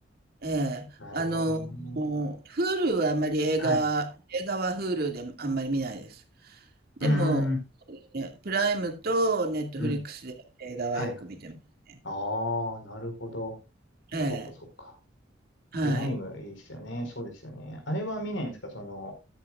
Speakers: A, on the right; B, on the left.
A: ええ、
B: なるほどね。
A: あの、Hulu はあまり映画、
B: はい。う
A: 映画は Hulu であんまり見ないです。でも、
B: ーん、
A: ね、プライムとネットフリックスで映画はよく見てます。
B: うん。はい。ああ、なるほど。そうか、
A: ええ
B: そうか。
A: はい。
B: プライムいいですよね。そうですよね。あれは見ないんですかその、